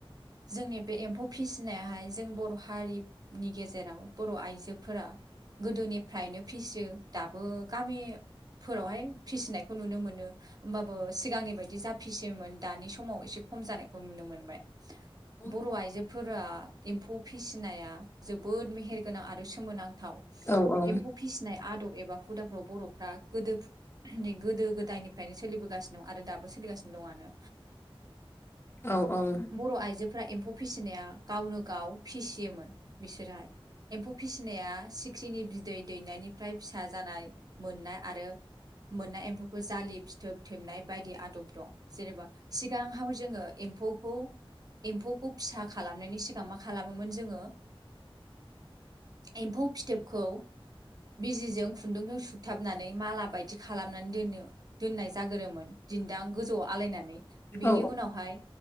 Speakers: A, on the right (about 40°); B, on the left (about 25°).
A: जोंनि बे एम्फौ फिसिनायाहाय जों बर' हारि नि गेजेराव बर' आइजोफोरा गोदोनिफ्रायनो फिसियो दाबो गामि फोरावहाय फिसिनायखौ नुनो मोनो होमबाबो सिगांनि बायदि जा फिसियोमोन दानि समाव एसे खम जानायखौ खौ नुनो मोनबाय।
B: <inaudible>
A: बर' आइजोफोरा एम्फौ फिसिनाया जोबोद मेहेरगोनां आरो सोमोनांथाव।
B: औ औ
A: एम्फौ फिसिनाय आदब एबा हुदाफ्राव बर'फ्रा गोदो- गोदो गोदायनिफ्रायनो सोलिबोगासिनो दं आरो दाबो सोलिगासिनो। दंआनो
B: औ -औ।
A: बर' आइजोफोरा एम्फौ फिसिनाया गावनो गाव फिसियोमोन बिसोरहा एम्फौ फिसिनाया सिख्रिनि बिदै दैनायनिफ्राय फिसा जानाय मोननाय आरो मोननाय एम्फौखौ जालि फिथोब थोबनाय बायदि आदब दं जेनेबा सिगां हाव जोंङो एम्फौखौ एम्फौखौ फिसा खालामनायनि सिगां मा खालामोमोन जोंङो एम्फौ फिथोबखौ बिजिजों खुन्दुंजों सुथाबनानै माला बायदि खालामनानै दोननो दोननाय जागोरोमोन। दिन्दां गोजौआव आलायनानै बिनि
B: औ
A: उनावहाय